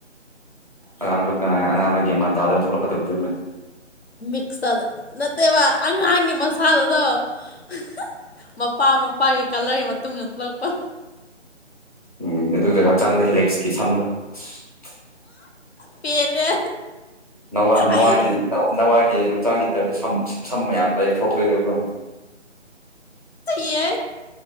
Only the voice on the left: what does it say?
ꯃꯤꯛꯁꯇ ꯅꯠꯇꯦꯕ ꯑꯉꯥꯡꯒꯤ ꯃꯁꯥꯗꯣ ꯍꯤꯍꯤ ꯃꯄꯥ ꯃꯄꯥꯒꯤ ꯀꯂꯔꯒꯤ ꯃꯇꯨꯡ ꯏꯟꯅ ꯊꯣꯛꯂꯛꯄ
ꯄꯦꯜꯂꯦ
ꯑꯩ
ꯌꯦ